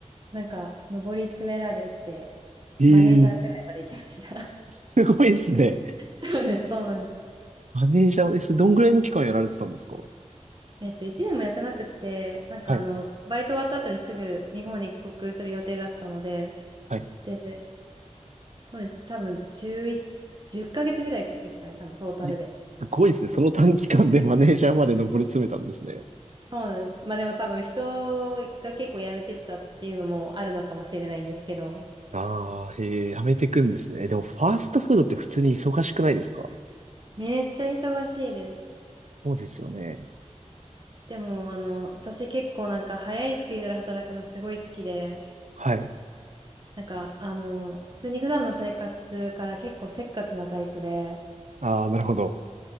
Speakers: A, on the right; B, on the right.
A: なんか上り詰められて、
B: えー、
A: マネージャーくらいまで行きました。
B: すごいですね。
A: <laughs> そうです、そうなんです。
B: マネージャーです。どんぐらいの期間やられてたんですか
A: えっと、1年もやってなくって、なんかあの、
B: はい。
A: そのバイト終わった後にすぐ日本に帰国する予定だったので、
B: はい。
A: で、そうです、多分11、10ヶ月ぐらいですかね、多分トータルで。
B: いやすごいですね。その短期間で <laughs> マネージャーまで上り詰めたんですね。
A: そうなんです。まあでも多分人が結構辞めてったっていうのもあるのかもしれないんですけど、
B: ああ、へえ、やめてくんですね。でも、ファーストフードって普通に忙しくないですか
A: めっちゃ忙しいです。
B: そうですよね。
A: でもあの、私結構なんか早いスピードで働くのすごい好きで、
B: はい。
A: なんかあの、普通に普段の生活から結構せっかちなタイプで、
B: ああ、なるほど。